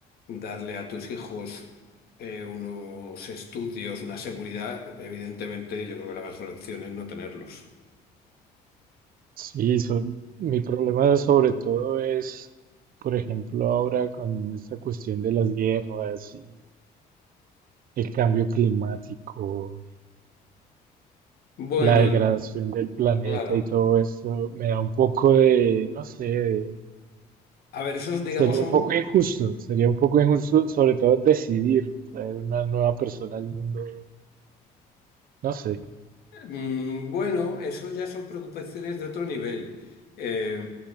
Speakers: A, on the left; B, on the right.
A: darle a tus hijos eh, unos estudios, una seguridad, evidentemente yo creo que la mejor opción es no tenerlos.
B: Sí, so- mi problema sobre todo es, por ejemplo, ahora con esta cuestión de las guerras y el cambio climático,
A: Bueno,
B: la degradación
A: el-
B: del planeta
A: claro.
B: y todo eso, me da un poco de, no sé,
A: A ver, esos, digamos,
B: Sería
A: son,
B: un poco injusto, sería un poco injusto, sobre todo decidir traer una nueva persona al mundo. No sé,
A: mm, bueno, eso ya son preocupaciones de otro nivel. Eh,